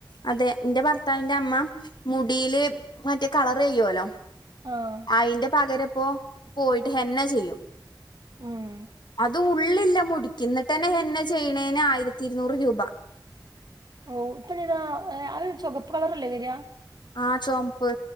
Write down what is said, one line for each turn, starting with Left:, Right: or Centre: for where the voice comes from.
Left: അതെ എന്റെ ഭർത്താവിന്റെ അമ്മ മുടിയില് മറ്റേ കളർ ചെയ്യുവല്ലോ
Right: ആഹ്
Left: അയിന്റെ പകരപ്പോ പോയിട്ട് ഹെന്ന ചെയ്യും
Right: ഉം
Left: അത് ഉള്ളില്ല മുടിക്ക് ന്നിട്ട്ന്നെ ഹെന്ന ചെയ്യണേന് ആയിരത്തി ഇരുന്നൂറ് രൂപ
Right: ഓ ഇപ്പം ചെയതാ ആ ചുകപ്പ് കളറല്ലേ വെര
Left: ആ ചുവപ്പ്